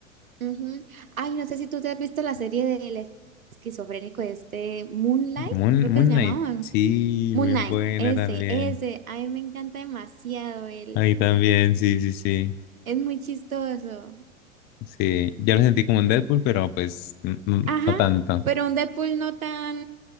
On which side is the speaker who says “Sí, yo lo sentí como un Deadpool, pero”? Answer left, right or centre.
Left